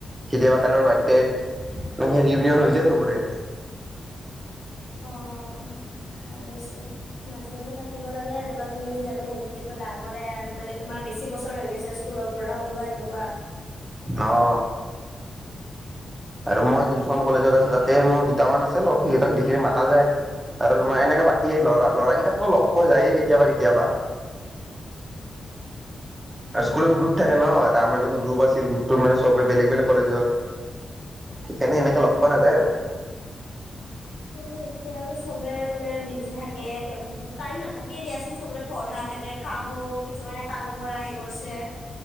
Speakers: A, on the right; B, on the left.
A: কেতিয়াবা কাৰবাৰ বাৰ্থডেত ৰিউনিয়ন হৈ যায় চবৰে।
B: অ', ভালেইছোন মাজে মাজে থাকিব লাগে এনেকুৱা তুমি যিহেতু মোতকেতো ডাঙৰে আৰু। মানে তোমাৰ বেছি বছৰ হৈ গৈছে স্কুলৰ পৰা ওলোৱা এনেকুৱা
A: অ',
B: উম
A: আৰু মই যোনখন কলেজত আছো তাত তে মোৰ দুটামান আছে লগ সিহঁতক দেখিলে মাতা যায়। আৰু তোমাৰ এনেকে বাকী লৰা ল'ৰা কেইটাকতো লগ পোৱা যায়েই। কেতিয়াবা কেতিয়াবা। আৰু স্কুলত গ্ৰুপ থাকে ন'
B: অ
A: এটা আমাৰ যোনটো গ্ৰুপ আছিল গ্ৰুপটো মানে চবেই বেলেগ বেলেগ কলেজৰ। সিকাৰনে
B: অ
A: এনেকে
B: হয়
A: লগ পোৱা নাযায় আৰু।
B: অ', এতিয়া আৰু চবে মানে বিজি থাকে টাইম নাথাকে দিয়াচোন চবৰে পঢ় থাকে কামো কিছুমানে কামো কৰা হে কৰিছে।